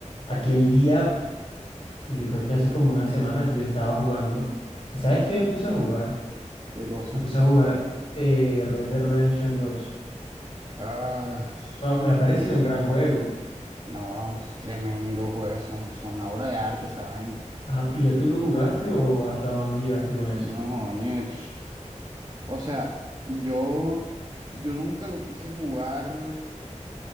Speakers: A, on the left; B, on the right.
A: Aquel día, yo creo que hace como una semana, yo estaba jugando. ¿Y sabes qué me puse a jugar?
B: Qué cosa.
A: Me puse a jugar eh, Red Dead Redemption dos.
B: Ah,
A: Ah, me ha parecido
B: tremendo.
A: un gran juego.
B: No, es tremendo, juez. Eso, eso es una obra de arte esa vaina.
A: Ajá, ¿pero ¿ya tú lo jugaste o hasta dónde llegaste con eso?
B: No, oye. O sea, yo, yo nunca lo quise jugar.